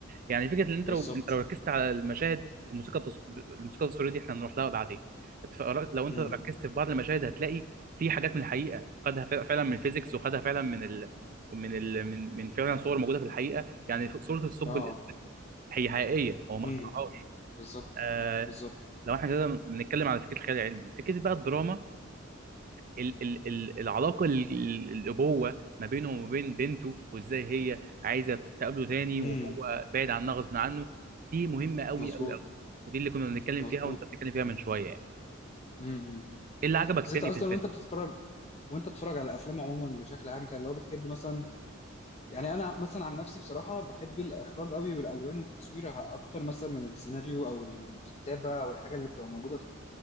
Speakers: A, on the right; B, on the left.
A: يعني فكره ان انت
B: بالظبط
A: لو انت لو ركزت على المشاهد والموسيقى التص... الموسيقى التصويريه دي احنا هنروح لها بعدين اتفرجت- لو انت
B: امم
A: ركزت في بعض المشاهد هتلاقي في حاجات من الحقيقه وخدها فع- فعلا من الفيزيكس وخدها فعلا من ال... من ال... من من فعلا صور موجوده في الحقيقه يعني ف- صوره الثقب
B: اه
A: الاسود هي حقيقيه هو ما
B: امم
A: اخترعهاش
B: بالظبط
A: آه...
B: بالظبط
A: لو احنا كده بنتكلم على فكره الخيال العلمي فكره بقى الدراما ال ال ال العلاقه ال- ال- الابوه ما بينه وما بين بنته وازاي هي عايزه تقابله تاني
B: امم
A: وهو بعيد عنها غصب عنه دي مهمه قوي
B: مظبوط
A: قوي قوي ودي اللي كنا بنتكلم
B: مظبوط
A: فيها وانت بتتكلم فيها من شويه يعني
B: امم
A: ايه اللي عجبك
B: بس انت
A: تاني
B: اصلا
A: في الفيلم
B: وانت بتتفرج وانت بتتفرج على افلام عموما بشكل عام كان لو بتحب مثلا يعني انا مثلا عن نفسي بصراحه بحب الاخراج قوي والالوان والتصوير ع- اكتر مثلا من السيناريو او الكتابه او الحاجه اللي بتبقى موجوده في...